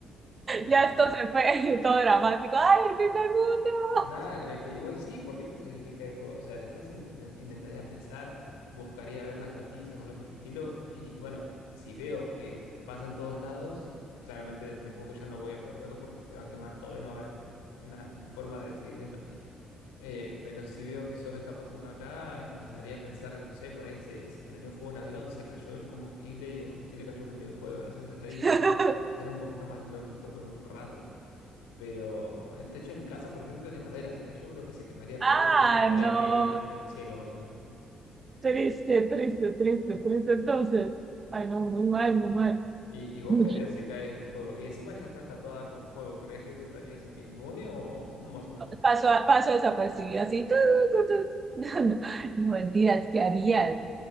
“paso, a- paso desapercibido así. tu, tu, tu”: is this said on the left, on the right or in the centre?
Right